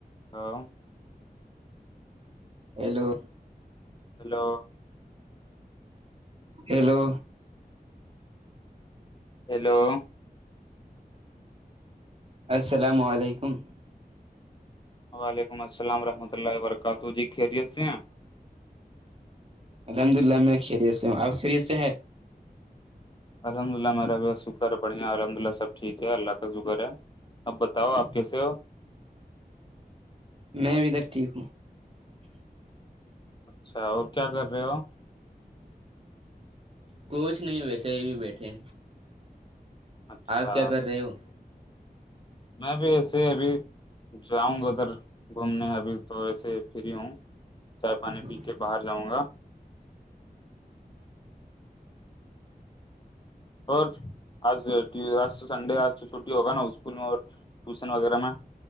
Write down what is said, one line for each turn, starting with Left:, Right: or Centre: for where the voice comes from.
Left: <inaudible>
Right: Hello
Left: hello
Right: hello
Left: hello
Right: السلام علیکم
Left: وعلیکم السلام رحمۃہ اللہ و برکاتہ جی خیریت سے ہیں
Right: الحمد اللہ میں خیریت سے ہوں اب خیریت سے ہے
Left: الحمد للہ میررت شکر بڑیا الحمد اللہ سب ٹھیک ہے اللہ کا شکر ہے اب بتاؤ آپ کیسے ہو
Right: میں بھی ادھر ٹھیک ہوں
Left: اچھا اور کیا کر رہے ہو
Right: کچھ نہیں ویسے ہی بھی بیٹھے
Left: اچھا
Right: آپ کیا کر رہے ہو
Left: میں بھی ایسے ہی ابھی جاؤں گا ادھر گھومنے ابھی تو ویسے فری ہوں چائے
Right: ٹیوشن
Left: پانی پی کے باہر جاؤں گا اور آج آج تو سنڈے آج تو چھٹی ہوگا نا اسکول میں اور ٹیوشن وغیرہ میں